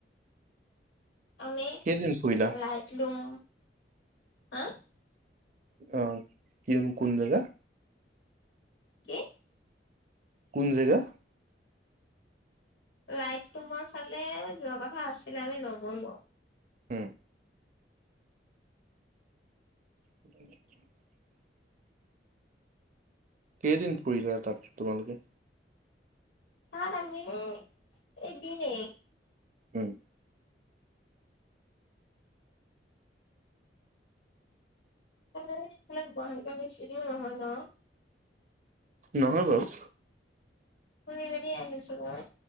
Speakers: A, on the left; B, on the right.
A: আমি
B: কেইদিন ফুৰিলা
A: ৰাজলোম হা।
B: আহ কিন কোন জাগা?
A: কি?
B: কোন জেগা?
A: লাইট ৰুমৰ ফালে যোৱা কথা আছিল আমি নগলো।
B: হম <unintelligible> কেইদিন ফুৰিলে তাত তোমালোকে?
A: তাত আমি এদিনেই।
B: উম'।
A: <unintelligible> পৰা বেছি দূৰ নহয় ন?
B: নহয় বাৰু।
A: ফুৰি মেলি আহিছো মই।